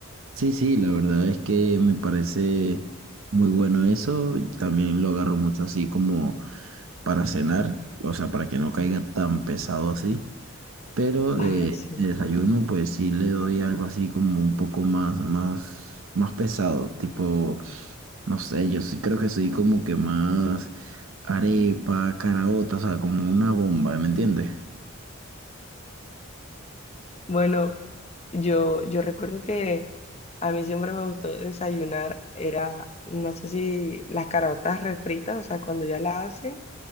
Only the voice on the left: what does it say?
Ah,
sí.
Bueno, yo, yo recuerdo que a mí siempre me gustó desayunar, era, no sé si las caraotas refritas, o sea, cuando ya la hacen,